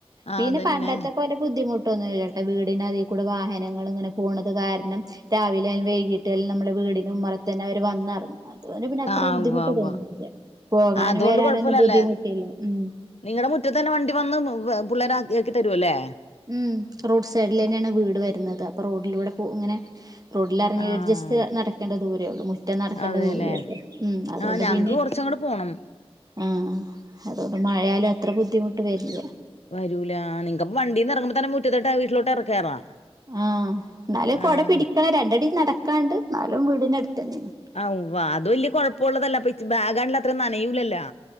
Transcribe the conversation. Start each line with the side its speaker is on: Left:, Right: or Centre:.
Left: ആഹ്
Right: പിന്നെ
Left: അതന്നെ
Right: പണ്ടത്തെ പോലെ ബുദ്ധിമുട്ട് ട്ടൊന്നുല്ലട്ടോ വീടിനതി കൂടെ വാഹനങ്ങള്ങ്ങനെ പോണത് കാരണം രാവിലെ ആയാലും വൈകിട്ട്യായാലും നമ്മടെ വീടിന് ഉമ്മറത്തെന്നെ അവര് വന്നെർങ്ങും അതോണ്ട് പിന്നെ അത്ര
Left: ആഹ്
Right: ബുദ്ധിമുട്ട്
Left: ഉവ്വ ഉവ്വ
Right: തോന്ന്ണില്ല പോകാനും
Left: ആഹ് അതുകൊണ്ട്
Right: വെരാനൊന്നും
Left: കൊഴപ്പല്ലല്ലേ
Right: ബുദ്ധിമുട്ടില്ല ഉം
Left: നിങ്ങടെ മുറ്റത്ത് തന്നെ വണ്ടി വന്ന് പിള്ളേരാക്കി തരുല്ലേ
Right: ഉം റോഡ് സൈഡിലെന്നെണ് വീട് വെരുന്നത് അപ്പൊ റോഡിലൂടെ പോ ഇങ്ങനെ റോഡിലെർങ്ങി
Left: ആഹ്
Right: ഒര് ജസ്റ്റ് നടക്കേണ്ട ദൂരേള്ളൂ മുറ്റം നടക്കണ്ട
Left: അതെല്ലേ
Right: ദൂരേള്ളൂ ഉം അതോണ്ട്
Left: ആഹ് ഞങ്ങക്ക്
Right: പിന്നെ
Left: കൊറച്ചങ്ങട് പോണം
Right: ആഹ് അതോണ്ട് മഴായാലും അത്ര ബുദ്ധിമുട്ട് വെര്ല്ല
Left: വരൂല്ല നിങ്ങക്പ്പ വണ്ടീന്ന് എറങ്ങുമ്പോ തന്നെ മുറ്റത്തോട്ട് വീട്ടിലോട്ട് കേറാ
Right: ആഹ് ന്നാലും കൊട
Left: ആഹ്
Right: പിടിക്കണം രണ്ടടി നടക്കാണ്ട് ന്നാലും വീടിനട് ത്തെന്നെണ്
Left: അവ്വാ അത് വെല്യ കൊഴപ്പള്ളതല്ല അപ്പ ച്ച് ബാഗാള്ല് അത്ര നനയൂലല്ലോ